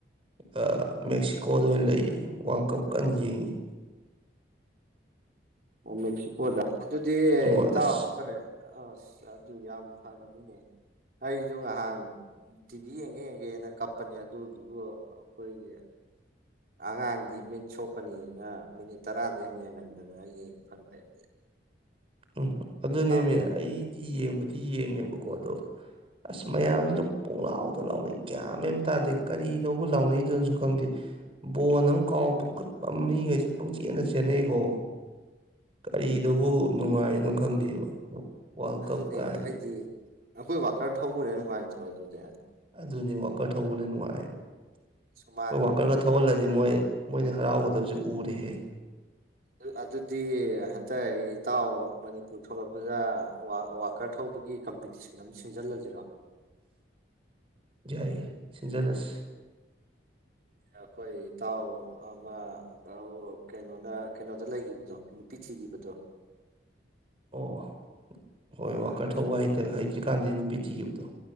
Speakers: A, on the right (about 30°); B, on the right (about 50°).
A: ꯑꯥ ꯃꯦꯛꯁꯤꯀꯣꯗ ꯑꯣꯏꯅ ꯂꯩꯌꯦ ꯋꯥꯔꯜ ꯀꯞ ꯀꯟꯅ ꯌꯦꯡꯏꯤ
B: ꯑꯣ ꯃꯦꯛꯁꯤꯀꯣꯗ ꯑꯗꯨꯗꯤ
A: ꯍꯣꯏ
B: ꯏꯇꯦꯎ
A: ꯑꯁ
B: <unintelligible> ꯑꯥꯁ ꯑꯗꯨ ꯌꯥꯝ ꯐꯔꯕꯅꯤꯅꯦ ꯑꯩꯁꯨ ꯉꯍꯥꯟ ꯇꯤꯚꯤ ꯌꯦꯡꯒꯦ ꯌꯦꯡꯒꯦꯅ ꯀꯞ ꯄꯅꯦ ꯑꯗꯨꯗꯨꯕꯨ ꯑꯈꯣꯏꯒꯤ ꯑꯉꯥꯡꯗꯤ ꯃꯤꯠ ꯁꯣꯛꯀꯅꯤꯅ ꯃꯤꯅꯤꯠ ꯇꯔꯥꯗꯩ ꯍꯦꯡ ꯌꯦꯡꯍꯟꯗꯗꯅ ꯌꯦꯡ ꯐꯪꯗ꯭ꯔꯦ ꯑꯩꯗꯤ
A: ꯎꯝ ꯑꯗꯨꯅꯦꯃꯦ
B: ꯍꯣꯏꯗꯤ
A: ꯑꯩꯗꯤ ꯌꯦꯡꯕꯨꯗꯤ ꯌꯦꯡꯉꯦꯕꯀꯣ ꯑꯗꯣ ꯑꯁ ꯃꯌꯥꯝꯁꯤꯅ ꯄꯣꯡꯂꯥꯎꯗ ꯂꯥꯎꯅꯩ ꯒꯌꯥꯟ ꯃꯦꯟ ꯑꯝ ꯇꯥꯗꯦ ꯀꯔꯤꯅꯣꯕꯨ ꯂꯥꯎꯅꯩꯗꯨꯅꯁꯨ ꯈꯪꯗꯦ ꯕꯣꯟ ꯑꯃ ꯀꯥꯎ ꯄꯪꯈꯠꯄ ꯃꯤꯈꯩꯁꯦ ꯄꯪꯆꯦꯠꯗ ꯆꯦꯟꯅꯩꯀꯣ ꯀꯔꯤꯗꯕꯨ ꯅꯨꯡꯉꯥꯏꯔꯤꯅꯣ ꯈꯪꯗꯦꯕ ꯋꯥꯔꯜ
B: ꯑꯗꯨꯅꯦ
A: ꯀꯞ ꯀꯥꯏꯅ
B: ꯍꯥꯏꯗꯤ ꯑꯩꯈꯣꯏ ꯋꯥꯀꯔ ꯊꯧꯎꯔꯦ ꯅꯨꯡꯉꯥꯏꯇ꯭ꯔꯣ ꯑꯗꯨꯗꯤ
A: ꯑꯗꯨꯅꯤ ꯋꯥꯀꯔ ꯊꯧꯕꯅ ꯅꯨꯡꯉꯥꯏꯕ
B: ꯁꯨꯃꯥꯡꯗꯒ
A: ꯃꯣꯏ ꯋꯥꯀꯔꯒ
B: ꯑꯩꯈꯣꯏꯒꯤ
A: ꯊꯧꯍꯜꯂꯗꯤ ꯃꯣꯏ ꯃꯣꯏꯅ ꯍꯔꯥꯎꯒꯗꯕꯁꯤ ꯎꯔꯦꯍꯦ
B: ꯑꯥ ꯑꯗꯨꯗꯤ ꯍꯟꯇꯛ ꯏꯇꯥꯎ ꯃꯅꯤꯄꯨꯔ ꯊꯣꯛꯂꯛꯄꯗ ꯋꯥꯋꯥ ꯀꯔ ꯊꯧꯕꯒꯤ ꯀꯝꯄꯤꯇꯤꯁꯟ ꯑꯃ ꯁꯤꯟꯖꯜꯂꯁꯤꯔꯣ
A: ꯌꯥꯏꯌꯦ ꯁꯤꯟꯖꯟꯂꯁꯤ
B: ꯑꯩꯈꯣꯏ ꯏꯇꯥꯎ ꯑꯃ ꯑꯧ ꯀꯩꯅꯣꯅ ꯀꯩꯅꯣꯗ ꯂꯩꯈꯤꯕꯗꯣ ꯅꯨꯄꯤ ꯊꯤꯒꯤꯕꯗꯣ
A: ꯑꯣ ꯍꯣꯏ
B: ꯑꯥ
A: ꯋꯥꯀꯔ
B: ꯀꯔꯤ
A: ꯊꯧꯕ
B: ꯀꯔꯤ
A: ꯍꯩꯇ ꯍꯩꯇ꯭ꯔꯤꯀꯥꯟꯗꯩ ꯅꯨꯄꯤ ꯊꯤꯒꯤꯕꯗꯣ